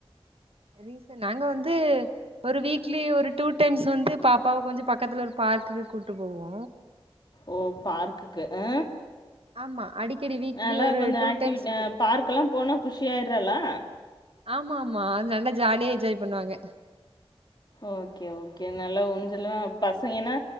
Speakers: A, on the right; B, on the left.
A: ரீசன் நாங்க வந்து ஒரு வீக்லி ஒரு டூ டைம்ஸ் வந்து பாப்பாவ கொஞ்ச பக்கத்துல ஒரு பார்க் கு கூட்டு போவோ
B: ஓ பார்க்குக்கு அ
A: ஆமா அடிக்கடி வீக்லி
B: நல்லா
A: ஒரு
B: கொஞ்சோ
A: டூ
B: ஆக்டிவி்ட்
A: டைம்ஸ்
B: அ
A: போ
B: பார்க்கெல்லா போனா குஷியாயிராளா
A: ஆமா ஆமா அது நல்லா ஜாலியா என்ஜாய் பண்ணுவாங்க
B: ஓகே ஓகே நல்லா ஊஞ்சல்லா பசங்கென்னா